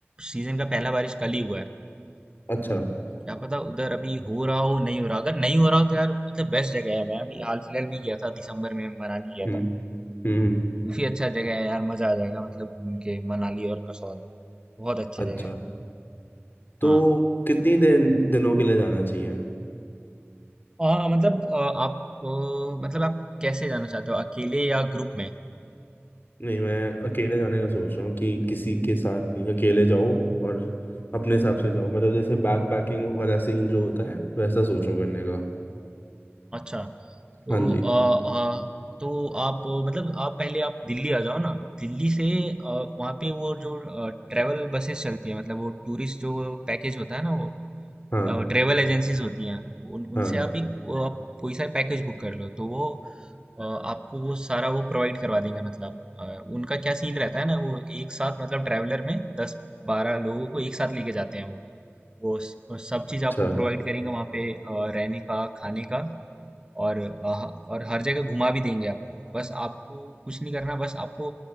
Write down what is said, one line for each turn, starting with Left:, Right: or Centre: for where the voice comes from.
Right: सीजन का पहला बारिश कल ही हुआ है तो
Left: अच्छा
Right: क्या पता उधर अभी हो रहा हो नहीं हो रहा अगर नहीं हो रहा हो तो यार मतलब बेस्ट जगह है मैं अभी हाल फिलहाल में गया था दिसंबर में मनाली गया
Left: हम्म
Right: था
Left: हम्म हम्म।
Right: तो काफी अच्छा जगह है यार मजा आ जाएगा मतलब घूम के मनाली और कसौल बहुत अच्छी
Left: अच्छा
Right: जगह है
Left: तो
Right: हाँ
Left: कितनी दिन दिनों के लिए जाना चाहिए
Right: आ, मतलब आ, आप आ, मतलब आप कैसे जाना चाहते हो अकेले या ग्रुप में
Left: नहीं मैं अकेले जाने का सोच रहा हूँ कि किसी के साथ नहीं अकेले जाओ और अपने हिसाब से जाओ मतलब जैसे बैक पैकिंग वाला सीन जो होता है वैसा सोच रहा हूँ करने का
Right: अच्छा
Left: हाँ
Right: तो
Left: जी
Right: आ, आ, तो आप मतलब आप पहले आप दिल्ली आ जाओ ना दिल्ली से आ, वहाँ पे वो जो ट्रेवल बसेस चलती है मतलब वो टूरिस्ट जो पैकेज होता है ना वो क्या
Left: हाँ
Right: वो ट्रेवल एजेंसीज होती हैं उन
Left: हाँ
Right: उनसे आप ही को- आप कोई सा पैकेज बुक कर लो तो वो अ, आपको वो सारा वो प्रोवाइड करवा देंगे मतलब अ, उनका क्या सीन रहता है ना वो एक साथ मतलब ट्रैवलर में दस बारह लोगों को एक साथ लेके जाते हैं वो वो स- वो सब
Left: अच्छा
Right: चीज आपको प्रोवाइड करेंगे वहाँ पे अ, रहने का खाने का और अ, और हर जगह घुमा भी देंगे आपको बस आपको कुछ नहीं करना बस आपको